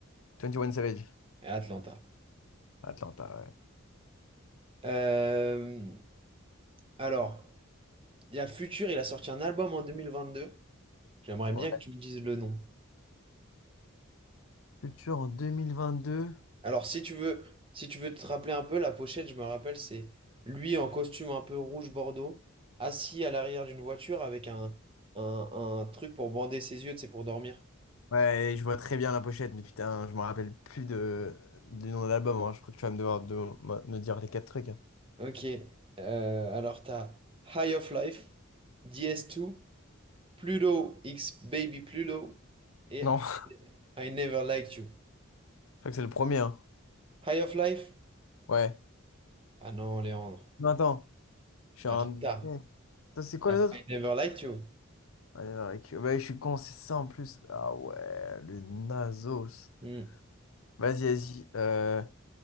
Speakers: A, on the left; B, on the right.
A: 21 Savage,
B: Et Atlanta.
A: Atlanta, ouais.
B: Euh, alors, il y a Future, il a sorti un album en 2022. J'aimerais
A: Ouais.
B: bien que tu me dises le nom.
A: Culture en deux. mille vingt-deux.
B: Alors, si tu veux, si tu veux te rappeler un peu, la pochette, je me rappelle, c'est lui en costume un peu rouge bordeaux, assis à l'arrière d'une voiture avec un, un, un truc pour bander ses yeux, c'est pour dormir.
A: Ouais, je vois très bien la pochette, mais putain, je me rappelle plus de... du nom de l'album. hein. Je crois que tu vas me devoir de... me dire les quatre trucs. hein.
B: Ok. Euh, alors, t'as High of Life, DS2, Pluto X Baby Pluto et
A: Non, <laughs> je
B: I Never Liked You.
A: crois que c'est le premier. hein.
B: High of Life?
A: Ouais.
B: Ah non, Léandre.
A: Non, attends, je suis
B: Ah,
A: un.
B: trop tard.
A: Attends, C'est quoi
B: T'as
A: les autres?
B: I Never Liked You.
A: Allez, voir les cu- Ouais, je suis con, c'est ça en plus. Ah ouais, le Nasos.
B: Hmm.
A: Vas-y, vas-y. euh,